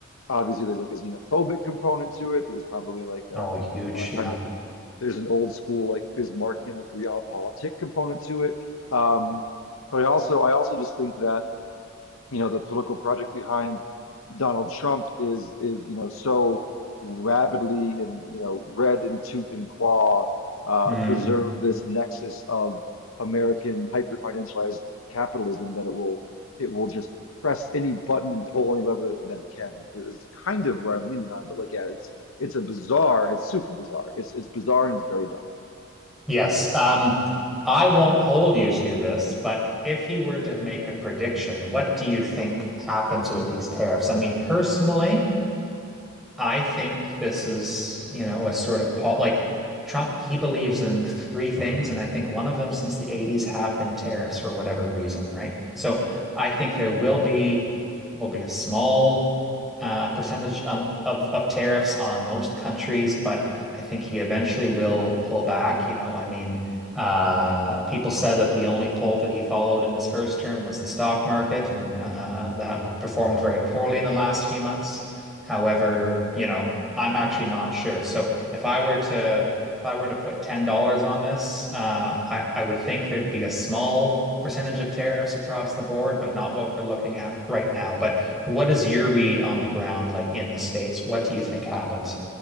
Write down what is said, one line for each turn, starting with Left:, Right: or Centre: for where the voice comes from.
Left: obviously there's like a xenophobic component to it. There's probably like
Centre: <laughs>
Left: a,
Centre: oh, huge,
Left: a kind
Centre: yeah.
Left: of there's an old school like Bismarckian like realpolitik component to it. Um, but I also I also just think that you know, the political project behind Donald Trump is is you know so rabidly and you know red in tooth and claw uh,
Centre: Hmm.
Left: preserve this nexus of American hyper financialized capitalism that it will it will just press any button and pull any lever that, that it can is kind of where I'm leaning on. But like, yeah, it's it's a bizarre, it's super bizarre. It's it's bizarre and it's very dumb.
Centre: Yes. Um, I won't hold you to this, but if you were to make a prediction, what do you think happens with these tariffs? I mean, personally, I think this is, you know, a sort of Paul, like Trump, he believes in three things. And I think one of them since the 80s have been tariffs for whatever reason, right? So I think there will be probably a small uh, percentage on, of, of tariffs on most countries, but I think he eventually will pull back. You know, I mean, uh, people said that the only poll that he followed in his first term was the stock market, and uh, that performed very poorly in the last few months. However, you know, I'm actually not sure. So if I were to if I were to put $10 on this, uh, I, I would think there'd be a small percentage of tariffs across the board, but not what we're looking at right now. But what is your read on the ground, like in the States? What do you think happens?